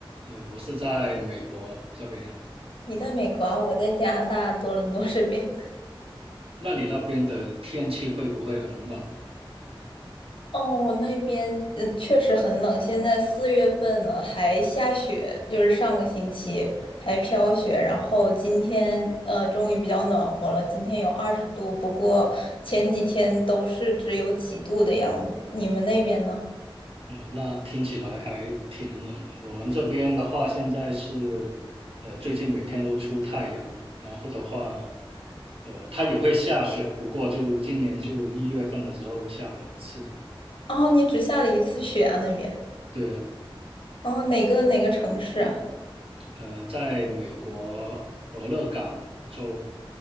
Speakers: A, on the right (about 85°); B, on the left (about 70°).
A: 呃，我是在美国这边。
B: 你在美国啊，我在加拿大多伦多这边。
A: 那你那边的天气会不会很冷啊？
B: 哦，我那边呃确实很冷，现在四月份了，还下雪，就是上个星期还飘雪，然后今天呃终于比较暖和了，今天有二十度，不过前几天都是只有几度的样子。你们那边呢？
A: 嗯，那听起来还挺冷的。我们这边的话，现在是，呃，最近每天都出太阳，然后的话，呃，它也会下雪，不过就今年就一月份的时候下了一次。
B: 哦，你只下了一次雪啊那边。
A: 对呀，
B: 哦，哪个哪个城市啊？
A: 呃，在美国俄勒冈州，